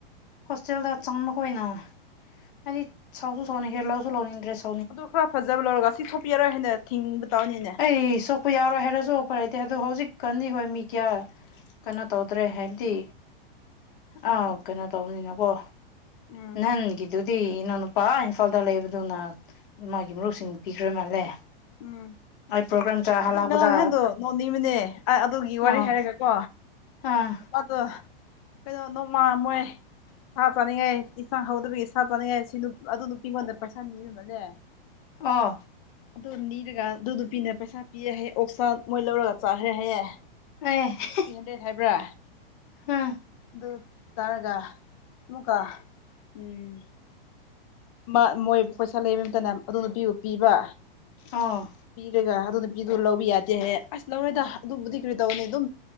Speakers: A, on the left (about 60°); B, on the left (about 35°).
A: ꯍꯣꯁꯇꯦꯜꯗ ꯆꯪꯕ ꯑꯣꯏꯅ ꯍꯥꯏꯗꯤ ꯆꯥꯎꯁꯨ ꯆꯥꯎꯅꯤ ꯍꯦꯟꯂꯒꯁꯨ ꯂꯧꯅꯤꯡꯗꯔꯁꯨ
B: ꯑꯗꯨ ꯈꯔ ꯐꯖꯕ ꯂꯧꯔꯒ ꯁꯤ ꯊꯣꯛꯄꯤ ꯌꯥꯔꯣꯏ ꯍꯥꯏꯅ ꯊꯤꯡꯕ ꯇꯥꯅꯤꯅꯦ
A: ꯑꯦꯁꯦꯛ ꯑꯣꯄ ꯌꯥꯎꯔꯣꯏ ꯍꯥꯏꯔꯁꯨ ꯑꯣꯄꯔ ꯂꯩꯇꯦ ꯑꯗꯣ ꯍꯧꯖꯤꯛ ꯀꯥꯟꯗꯤ ꯍꯣꯏ ꯃꯤ ꯀꯌꯥ ꯀꯩꯅꯣ ꯇꯧꯗ꯭ꯔꯦ ꯍꯥꯏꯕꯗꯤ ꯑꯥ ꯀꯩꯅꯣ ꯇꯧꯕꯅꯤꯅꯀꯣ
B: ꯎꯝ
A: ꯅꯪꯒꯤꯗꯨꯗꯤ ꯅꯪꯅꯨꯄꯥ ꯏꯝꯐꯥꯜꯗ ꯂꯩꯕꯗꯨꯅ ꯃꯥꯒꯤ ꯃꯔꯨꯞꯁꯤꯡ ꯄꯤꯈ꯭ꯔ ꯃꯥꯜꯂꯦ
B: ꯎꯝ
A: ꯑꯩ ꯄ꯭ꯔꯣꯒ꯭ꯔꯥꯝ ꯆꯥ ꯍꯜꯂꯛꯄꯗ
B: ꯑꯗꯨ <inaudible> ꯅꯍꯥꯟꯗꯣ ꯅꯣꯡ ꯅꯤꯃꯤꯅꯦ ꯑꯗꯨꯒꯤ ꯋꯥꯔꯤ
A: ꯑꯥ
B: ꯍꯥꯏꯔꯒ ꯀꯣ
A: ꯑꯥ
B: ꯑꯗꯣ ꯀꯩꯅꯣ ꯅꯣꯡꯃꯥꯃꯣꯏ ꯁꯥ ꯆꯥꯅꯤꯡꯉꯥꯏ ꯏꯟꯁꯥꯡ ꯍꯧꯗꯕꯒꯤ ꯁꯥ ꯆꯥꯅꯤꯡꯉꯥꯏ ꯁꯤ ꯑꯗꯨ ꯅꯨꯄꯤꯉꯣꯟꯗ ꯄꯩꯁꯥ ꯅꯤ ꯃꯅꯦ
A: ꯑꯥ
B: ꯑꯗꯨ ꯅꯤꯔꯒ ꯑꯗꯨ ꯅꯨꯄꯤꯅ ꯄꯩꯁꯥ ꯄꯤꯌꯦ ꯍꯥꯏꯌꯦ ꯑꯣꯛꯁꯥ ꯃꯣꯏ ꯂꯧꯔꯒ ꯆꯥꯈ꯭ꯔꯦ ꯍꯥꯏꯌꯦ
A: ꯑꯦ <unintelligible>
B: ꯊ꯭ꯔꯤ ꯍꯟꯗ꯭ꯔꯦꯗ ꯍꯥꯏꯕ꯭ꯔꯥ
A: ꯍꯥꯥ
B: ꯑꯗꯨ ꯇꯥꯔꯒ ꯑꯃꯨꯀ ꯎꯝ ꯃ ꯃꯣꯏ ꯄꯩꯁꯥ ꯂꯩꯕ ꯑꯃꯇꯅ ꯑꯗꯨ ꯅꯨꯄꯤꯕꯨ ꯄꯤꯕ
A: ꯑꯥ
B: ꯄꯤꯔꯒ ꯑꯗꯨ ꯅꯨꯄꯤꯗꯨ ꯂꯧꯕ ꯌꯥꯗꯦꯍꯦ ꯑꯁ ꯂꯧꯔꯦꯗ ꯑꯗꯨꯕꯨꯗꯤ ꯀꯔꯤ ꯇꯧꯅꯤ ꯑꯗꯨꯝ